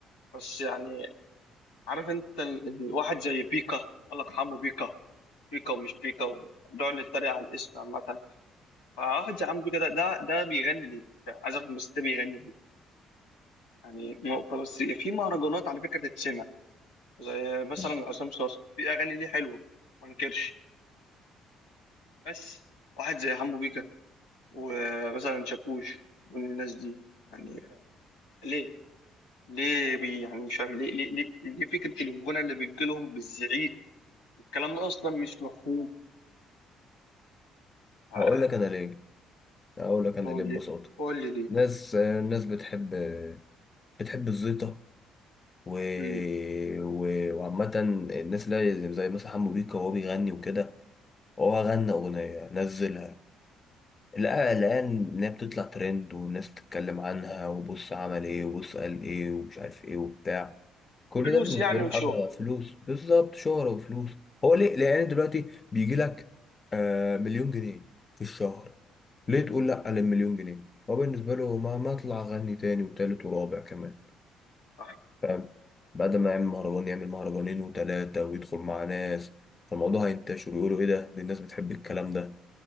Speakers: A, on the left; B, on the left.
A: بس يعني عارف انت ال... ال- الواحد زي بيكا الله يرحمه بيكا بيكا ومش بيكا ونقعد نتريق على الاسم عامة فواحد زي عم بيكا ده ده ده بيغني ليه؟ عايز افهم بس ده بيغني ليه؟ يعني نقطة بس في مهرجانات على فكرة تتسمع زي مثلا
B: <laughs> مم.
A: عصام صاصا في اغاني ليه حلوه ما انكرش بس واحد زي حمو بيكا ومثلا شاكوش والناس دي يعني ليه ليه بي يعني مش فاهم ليه ليه ليه, ليه فكره الغنى اللي بتجيلهم بالزعيق الكلام ده اصلا مش مفهوم آه،
B: هقول لك انا ليه هقول لك انا
A: قول
B: ليه ببساطه
A: لي قول لي ليه
B: ناس الناس بتحب بتحب الزيطه و...
A: مم.
B: و... وعامه الناس اللي هي زي زي مثلا حمو بيكا وهو بيغني وكده هو غنى اغنيه نزلها لقى الان ان هي بتطلع ترند والناس بتتكلم عنها وبص عمل ايه وبص قال ايه ومش عارف ايه وبتاع كل
A: فلوس
B: ده بالنسبه
A: يعني
B: له
A: وشو
B: حاجه فلوس بالظبط شهره وفلوس هو ليه لان دلوقتي بيجي لك آه مليون جنيه في الشهر ليه
A: مم.
B: تقول لا للمليون جنيه هو بالنسبه له ما ما اطلع اغني تاني وتالت ورابع كمان
A: صح
B: فاهم بعد ما يعمل مهرجان يعمل مهرجانين وتلاته ويدخل مع ناس فالموضوع هينتشر ويقولوا ايه ده دي الناس بتحب الكلام ده